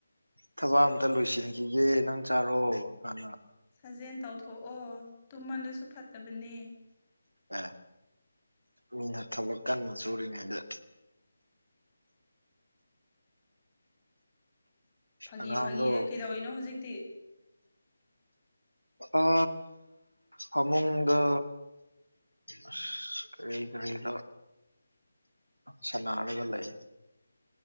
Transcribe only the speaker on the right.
ꯊꯕꯛ ꯑꯝꯇ ꯂꯣꯏꯁꯤꯟꯈꯤꯒꯦ ꯅꯪ ꯆꯥꯔꯣ ꯍꯥꯟꯅ
ꯑꯦ ꯃꯤꯅ ꯊꯕꯛ ꯀꯟꯕ ꯁꯨꯔꯤꯉꯩꯗ
ꯑꯉꯥꯡꯗꯣ
ꯑ ꯐꯃꯨꯡꯗ ꯑ ꯀꯔꯤ ꯀꯔꯤꯒ ꯁꯅꯔꯒ ꯂꯩ